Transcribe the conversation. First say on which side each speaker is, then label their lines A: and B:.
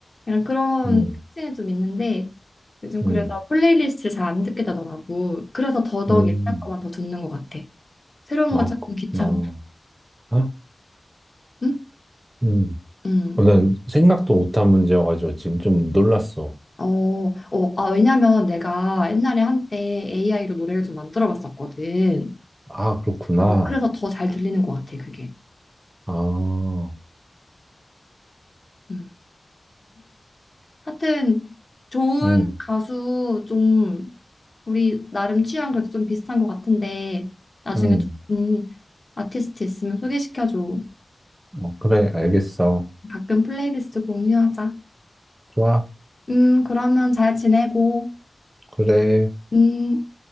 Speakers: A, on the left (about 35°); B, on the right (about 25°).
A: 약간 그런
B: 음,
A: 특징이 좀 있는데 요즘
B: 음,
A: 그래서 플레이리스트를 잘 안 듣게 되더라고. 그래서 더더욱
B: 음.
A: 옛날 거만 더 듣는 것 같아. 새로운
B: 아,
A: 거 찾는 귀찮고.
B: 그렇구나. 아,
A: 응?
B: 음.
A: 응.
B: 어, 난 생각도 못한 문제여가지고 지금 좀 놀랐어.
A: 어, 어, 아, 왜냐면 내가 옛날에 한때 AI로 노래를 좀 만들어 봤었거든.
B: 아, 그렇구나.
A: 어, 그래서 더 잘 들리는 것 같아, 그게.
B: 아,
A: 음. 하여튼, 좋은
B: 음,
A: 가수 좀, 우리 나름 취향 그래도 좀 비슷한 것 같은데, 나중에
B: 음.
A: 좋은 아티스트 있으면 소개시켜줘.
B: 어, 그래, 알겠어.
A: 가끔 플레이리스트 공유하자.
B: 좋아,
A: 음, 그러면 잘 지내고,
B: 그래.
A: 음.